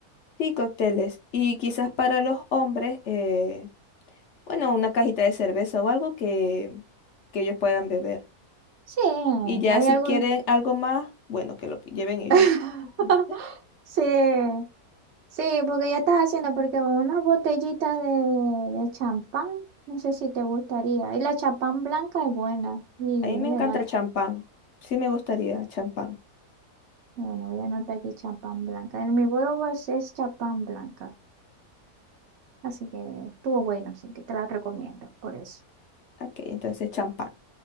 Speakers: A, on the left (about 60°); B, on the right (about 60°).
A: Sí, cócteles. Y quizás para los hombres, eh, bueno, una cajita de cerveza o algo que, que ellos puedan beber.
B: Sí,
A: Y ya
B: hay
A: si
B: algún...
A: quieren algo más, bueno, que lo lleven ellos.
B: <laughs>
A: Ujú.
B: Sí, sí, porque ya estás haciendo, porque una botellita de, de champán, no sé si te gustaría. Y la champán blanca es buena y
A: A mí
B: es
A: me
B: elegante.
A: encanta el champán. Sí me gustaría champán.
B: Bueno, voy a anotar aquí champán blanca. En mi boda es, es champán blanca, así que estuvo bueno, así que te la recomiendo por eso.
A: Ok, entonces champán.